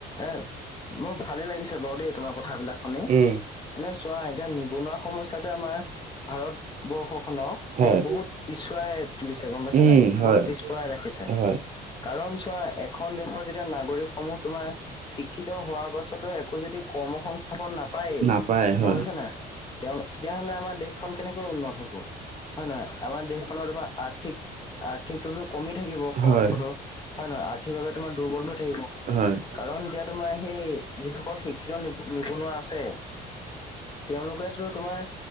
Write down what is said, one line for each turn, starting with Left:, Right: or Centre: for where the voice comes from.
Left: এ। মোৰ ভালে লাগিছে বাৰু দেই তোমাৰ কথাবিলাক শুনি
Right: উম,
Left: মানে চোৱা এতিয়া নিবনুৱা সমস্যাতে আমাৰ। ভাৰতবৰ্ষ খনক
Right: হয়।
Left: মানে বহুত পিছুৱাই তুলিছে গম পাইছা
Right: উম,
Left: নে
Right: হয়,
Left: বহুত পিছ। পৰাই ৰাখিছে
Right: হয়।
Left: কাৰণ চোৱা এখন দেশৰ যেতিয়া নাগৰিক সমূহ তোমাৰ। শিক্ষিত হোৱাৰ পাছতো একো যদি কৰ্ম সংস্থাপন নাপায়েই
Right: নাপায় হয়,
Left: গম পাইছা না? তেওঁ তেতিয়াাহলে আমাৰ দেশখন কেনেকৈ উন্নত হ'ব হয় নে নহয় আমাৰ দেশখননৰ তোমাৰ আৰ্থিক আৰ্থিকটোতো কমি থাকিব
Right: হয়,
Left: অৰ্থটো হয়ে নহয়, আৰ্থিকভাৱে তোমাৰ দুৰ্বল হৈ থাকিব
Right: হয়,
Left: কাৰণ এতিয়া তোমাৰ সেই যিস শিক্ষিত নিবনুৱা আছে তেওঁলোকেতো তোমাৰ